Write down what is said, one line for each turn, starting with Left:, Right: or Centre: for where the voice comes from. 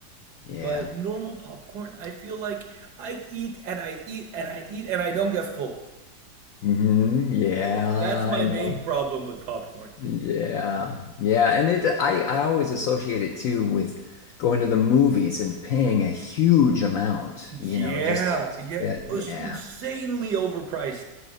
Left: Yeah.
Right: But normal popcorn, I feel like I eat and I eat and I eat and I don't get full.
Left: hmm Yeah,
Right: That's my
Left: I know.
Right: main problem with popcorn.
Left: Yeah. Yeah. And it, I, I always associate it too with going to the movies and paying a huge amount,
Right: Yeah,
Left: you know, just to, to
Right: yeah,
Left: get, yeah.
Right: it's insanely overpriced.